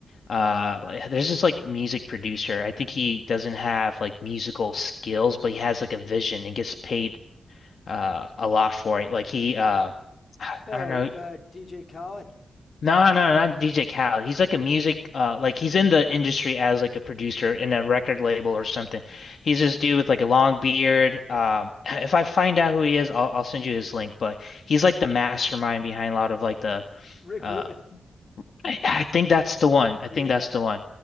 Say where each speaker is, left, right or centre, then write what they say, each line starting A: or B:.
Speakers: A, on the left (about 65°); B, on the left (about 45°).
A: uh like, there's this like music producer. I think he doesn't have like musical skills, but he has like a vision and gets paid uh a lot for it. Like he uh <sighs>
B: oh
A: I don't know.
B: uh dj khaled
A: No, no, not DJ Khaled. He's like a music uh like he's in the industry as like a producer in a record label or something. He's this dude with like a long beard. Um <sighs> if I find out who he is, I'll I'll send you his link, but he's like the mastermind behind a lot of like the
B: rick
A: uh
B: rubin
A: I, I think that's the one. I
B: yeah
A: think
B: yeah
A: that's the one.